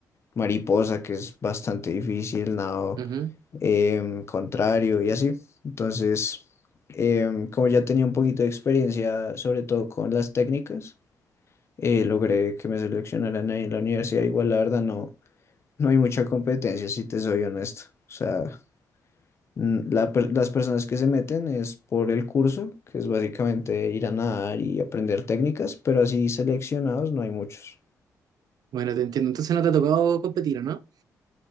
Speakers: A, on the left; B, on the right.
A: mariposa, que es bastante difícil, nado
B: ujú.
A: em, contrario y así. Entonces, em, como ya tenía un poquito de experiencia, sobre todo con las técnicas, eh, logré que me seleccionaran ahí en la universidad. Igual, la verdad, no, no hay mucha competencia, si te soy honesto. O sea, Mm, la per- las personas que se meten es por el curso, que es básicamente ir a nadar y aprender técnicas, pero así seleccionados no hay muchos.
B: Bueno, te entiendo. Entonces no te ha tocado competir, ¿o no?